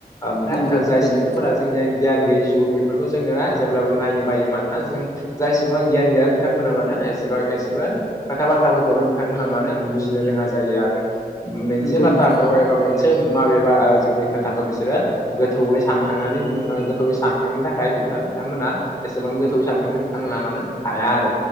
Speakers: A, on the left; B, on the left.
A: ओमफ्राय
B: नंगौ
A: जाय
B: थारैनो
A: सुबुंफोरा
B: नोंथां
A: जोंनिया गियान गैयि सुबुं बेफोरखौ जोङो जेब्लाबो नायनो बायो मानोना जों जाय सुबुङा गियान गैया बिथांमोना मानोे एसेबां एसेबो खोथा बाथ्राफोरखौनो बिथांमोना मानो बुजिनो रोङा जायो आरो मेनसे
B: नंगौ
A: बाथ्राखौ
B: नोंथां नंगौ
A: एबा मोन सों माबेबा ओ जोंनि खोथाखौ बिसोरो गोथौयै सानखांनानै बङ ओ गोथौयै सानखांनो थाखाय बिथां बिथांमोना एसेबां गोथौयै सानखां बिथांनों बिथांमोना मानो हाया आरो